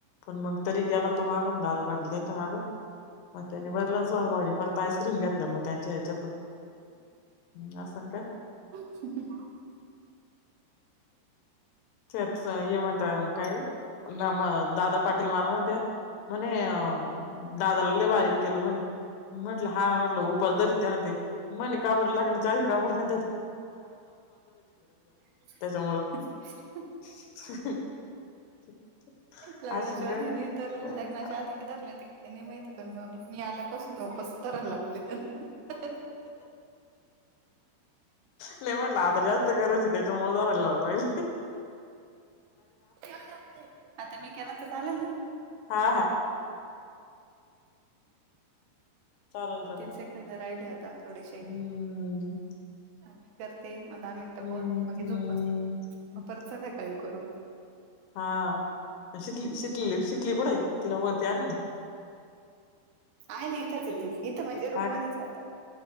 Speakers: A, on the left (about 75°); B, on the right (about 75°).
A: पण मग तरी गेला तो मागून, दादा पाटिलं त्याच्या माग पन त्यानि भरल ना सोळा <unintelligible> परत आईस्क्रीम घेतल्या मग त्यांच्या ह्याच्यातून्,, असं काय,
B: <unintelligible>
A: तयात सा ये मत, कायऽ नाम दादाऽ पाटील माला मनत्या, म्हणे, अऽ दादाला लाई बारीक केलं म्हणे,, म्हटलं हा, म्हटलं उपासधरीऽ तेना ते मणे का बरं, लग्नाच्या आधी का बरं
B: <unintelligible>
A: त्याच्यामुळं <unintelligible>
B: लग्नाच्या
A: असेल काय
B: आधी नाही धरला, लग्नाच्या आधीऽ धरलं ते, त्यांनी माहिती पण मी आल्यापासून तर उपसऽऽ करा लावले त्यांना.....
A: नाही म्हटलं आता, जास्त गरज ये त्याच्यामुळे धरायला लावलं होतं.
B: <unintelligible> आता मी केला तर चालेल ना?
A: हा हा. चालेल
B: दोन-
A: चालेल
B: तीन सेकंद राहिले आता थोडेसे.
A: हम्म
B: मग मी करते, मग दहा मिनटं
A: हम्म
B: बोल, मगे झोपच,
A: हम्म
B: परत संध्याकाळी करू.
A: हां अं शितली, शितली कुठं आहे, तिला वरती आणा ना.
B: आहे ना इथंच आहे ती इथं म्हणजे रूम
A: हा
B: मधीच आहे आता.